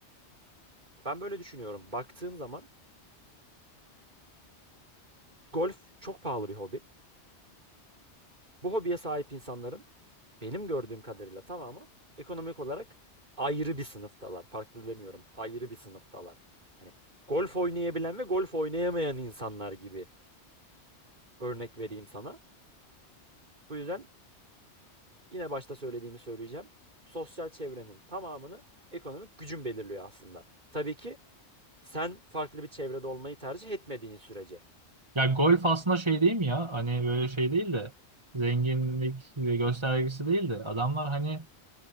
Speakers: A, on the right; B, on the right.
A: Ben böyle düşünüyorum. Baktığın zaman golf çok pahalı bir hobi. Bu hobiye sahip insanların benim gördüğüm kadarıyla tamamı ekonomik olarak ayrı bir sınıftalar. Farklı demiyorum. Ayrı bir sınıftalar. Hani golf oynayabilen ve golf oynayamayan insanlar gibi örnek vereyim sana. Bu yüzden yine başta söylediğimi söyleyeceğim. Sosyal çevrenin tamamını ekonomik gücün belirliyor aslında. Tabii ki sen farklı bir çevrede olmayı tercih etmediğin sürece.
B: Ya golf aslında şey değil mi ya? Hani böyle şey değil de zenginlik ve göstergesi değil de adamlar hani